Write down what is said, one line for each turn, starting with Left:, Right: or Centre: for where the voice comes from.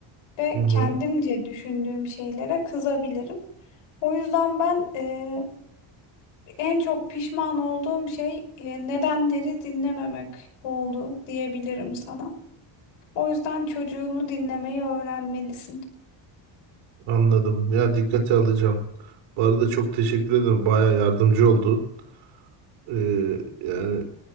Left: ve
Right: Hı hı.
Left: kendimce düşündüğüm şeylere kızabilirim. O yüzden ben e, En çok pişman olduğum şey e, nedenleri dinlememek oldu diyebilirim sana. O yüzden çocuğunu dinlemeyi öğrenmelisin.
Right: Anladım. Ya dikkate alacağım. Bu arada çok teşekkür ederim. Baya yardımcı oldu. Ee, yani